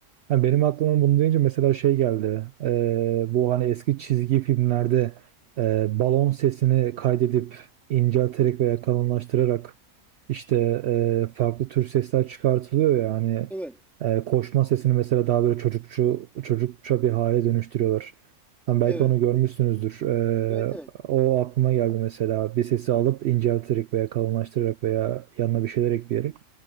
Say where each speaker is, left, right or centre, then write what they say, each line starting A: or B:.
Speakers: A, on the right; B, in the centre.
A: Ha, benim aklıma bunu deyince mesela şey geldi. Ee, bu hani eski çizgi filmlerde e, balon sesini kaydedip incelterek veya kalınlaştırarak işte e, farklı tür sesler çıkartılıyor ya hani
B: Evet,
A: e, koşma sesini mesela daha böyle çocukçu çocukça bir hale dönüştürüyorlar. Hani belki
B: evet,
A: onu görmüşsünüzdür. Ee,
B: evet, evet.
A: o aklıma geldi mesela. Bir sesi alıp incelterek veya kalınlaştırarak veya yanına bir şeyler ekleyerek